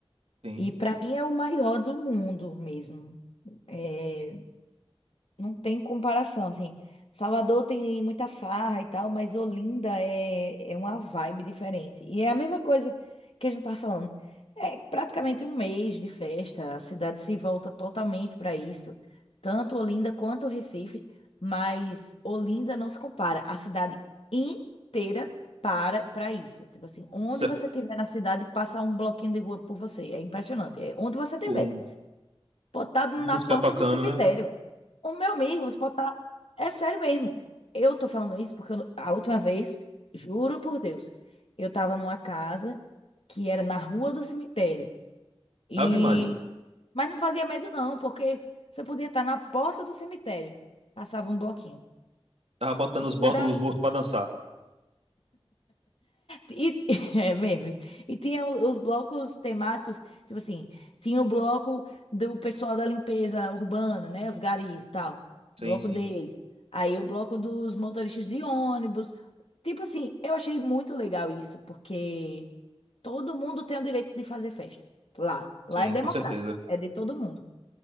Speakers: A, on the right; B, on the left.
A: Sim.
B: E para mim é o maior do mundo mesmo. É, não tem comparação, assim. Salvador tem muita farra e tal, mas Olinda é, é uma vibe diferente. E é a mesma coisa que a gente tava falando. É praticamente um mês de festa, a cidade se volta totalmente para isso. Tanto Olinda quanto Recife, mas Olinda não se compara. A cidade inteira para para isso. Tipo assim, onde
A: Cê-
B: você estiver na cidade, passa um bloquinho de rua por você. É impressionante. É onde você estiver.
A: Com,
B: Pode estar na
A: com música
B: porta
A: tocando,
B: do cemitério.
A: né?
B: O meu amigo, você pode estar. É sério mesmo. Eu tô falando isso porque eu- a última vez, juro por Deus, eu tava numa casa que era na rua do cemitério. E...
A: Ave Maria.
B: Mas não fazia medo, não, porque você podia estar na porta do cemitério. Passava um bloquinho.
A: Tava botando
B: Aí
A: os, bo-
B: Era
A: os mortos pra dançar.
B: E, <laughs> é mesmo isso. E tinha o- os blocos temáticos, tipo assim, tinha o bloco do pessoal da limpeza urbana, né? Os garis e tal.
A: Sim,
B: Bloco
A: sim,
B: deles. Aí o bloco dos motoristas de ônibus. Tipo assim, eu achei muito legal isso, porque todo mundo tem o direito de fazer festa. Lá. Lá
A: sim,
B: é democrático.
A: com certeza.
B: É de todo mundo,